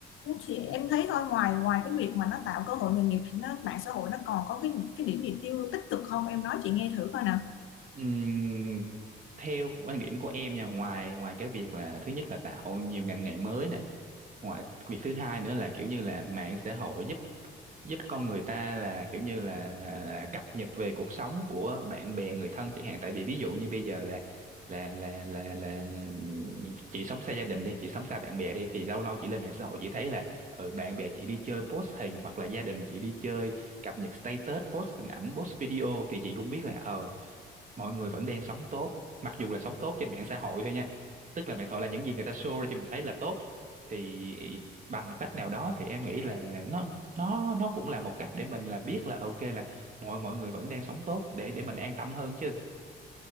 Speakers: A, on the left; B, on the right.
A: thì em thấy thôi ngoài ngoài cái việc mà nó tạo cơ hội nghề nghiệp thì nó mạng xã hội nó còn có cái cái điểm gì tiêu tích cực không em nói chị nghe thử coi nè
B: Ừm, theo quan điểm của em nha ngoài ngoài cái việc là thứ nhất là tạo nhiều ngành nghề mới nè ngoài việc thứ hai nữa là kiểu như là mạng xã hội giúp giúp con người ta là kiểu như là, là, là cập nhật về cuộc sống của bạn bè người thân chẳng hạn tại vì ví dụ như bây giờ là là là là là, là ừm, chị sống xa gia đình đi chị sống xa bạn bè đi thì lâu lâu chị lên mạng xã hội chị thấy là ừ, bạn bè chị đi chơi post hình hoặc là gia đình chị đi chơi cập nhật status post hình ảnh post video thì chị cũng biết là ờ mọi người vẫn đang sống tốt mặc dù là sống tốt trên mạng xã hội thôi nha tức là mạng xã hội là những gì người ta show ra cho mình thấy là tốt thì bằng một cách nào đó thì em nghĩ là nó nó nó cũng là một cách để mình là biết là ok là mọi mọi người vẫn đang sống tốt để để mình an tâm hơn chứ